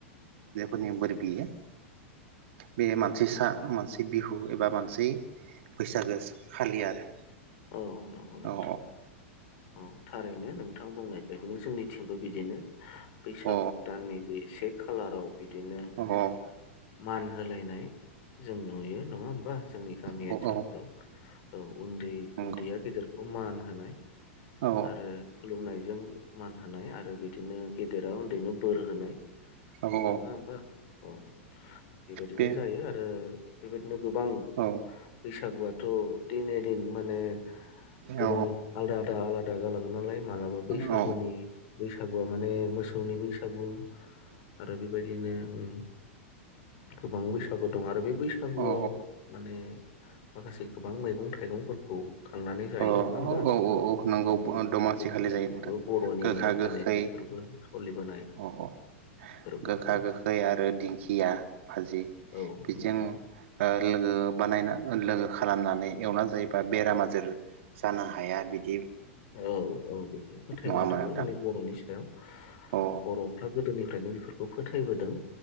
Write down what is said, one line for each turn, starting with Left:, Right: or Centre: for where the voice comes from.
Right: ने बोर बियो बे मानसि सा मानसि बिहु एबा मानसै बैसागो खालि आरो
Left: औ नंगौ नोंथां
Right: औ अ
Left: औ थारैनो नोंथां बुंनाय बायदिनो जोंनिथिंबो बिदिनो बैसाग
Right: अ
Left: दाननि बे सेक खालाराव बिदिनो
Right: अ औ
Left: मान होलायनाय जों नुयो नङा होमबा जोंनि गामि
Right: औ
Left: ओनसोलफोराव
Right: औ
Left: औ उन्दै
Right: नंगौ
Left: उन्दैया गेदेर बेखौ मान होनाय
Right: औ नंगौ औ
Left: आरो खुलुमनाय जों मान होनाय आरो बिदिनो गेदेरा उन्दैनो बोर होनाय। नङा
Right: औ
Left: होमबा औ बेबायदिनो
Right: बे
Left: जायो आरो बेबायदि बिदिनो गोबां
Right: औ
Left: बैसागुआथ' दिने दिन नो गोबां
Right: औ
Left: आलदा आदा आलादा जालाङो नालाय मालाबा बैसागुनि
Right: औ
Left: बैसाग ब माने मोसौनि बैस बैसागु आरो बेबायदिनो उम गोबां बैसागु दं आरो बे बैसागुआव
Right: औ
Left: माने माखासे गोबां मैगं थाइगंफोर खौ खांनानै जायो
Right: औ
Left: नङा होमबा
Right: औ नंगौ
Left: औ गोखा
Right: दमासि
Left: गोखै
Right: खालि जायो नोंथां
Left: बर'नि
Right: गोखा
Left: माने
Right: गोखै
Left: बेफोरबो स'लिबोनाय
Right: अ अ
Left: फोरबो
Right: गोखा
Left: औ
Right: गोखै आरो दिंखिया भाजि
Left: औ
Right: बिजों
Left: नंगौ
Right: ओ लोगो बानायना लोगो खालामनानै एवना जायोबा बेराम आजोर जानो हाया बिद
Left: औ औ बेफोर फोथायनाय
Right: नङा होमबा
Left: दङ'
Right: नोंथां
Left: जोंनि बर'नि सायाव
Right: अ
Left: बर'फ्रा गोदोनि ओमफ्रायनो बेफोरखौ फोथायबोदों।